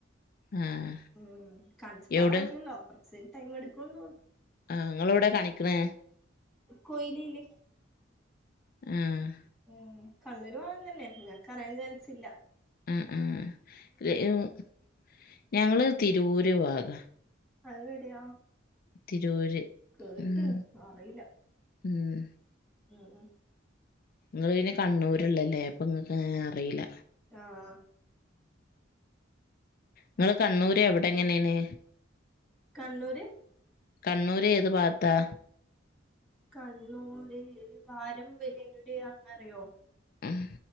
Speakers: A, on the left (about 50°); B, in the centre.
A: ആഹ്
B: ഉം കാണിച്ച പ്പാട്
A: എവ്ടെ
B: ആവൂലല്ലോ അപ്പം <unintelligible> ടൈം എടുക്കുന്നു തോന്ന
A: ആഹ് നിങ്ങളവിടെ കാണിക്കണേ
B: കൊയിലേല്
A: ആഹ്
B: ഉം കണ്ണൂര് വേണന് തന്നെ നിനക്ക് അറിയാൻ ചാൻസില്ല
A: ആഹ് ആഹ് <unintelligible> ഞങ്ങള് തിരുവൂര് ഭാഗ
B: അതെവിടെയ
A: തിരൂര്
B: കേട്ട്ണ്
A: ഉം
B: അറിയില്ല
A: ഉം
B: ആ
A: നിങ്ങൾ പിന്നെ കണ്ണൂരുള്ളല്ലേ അപ്പൊ ഇങ്ങക്ക് അറിയില്ല
B: ആഹ്
A: നിങ്ങള് കണ്ണൂര് എവിടെ എങ്ങനെയാണ്
B: കണ്ണൂര്
A: കണ്ണൂര് ഏത് ഭാഗത്താ
B: കണ്ണൂര് <unintelligible> അങ്ങറിയോ
A: ഉം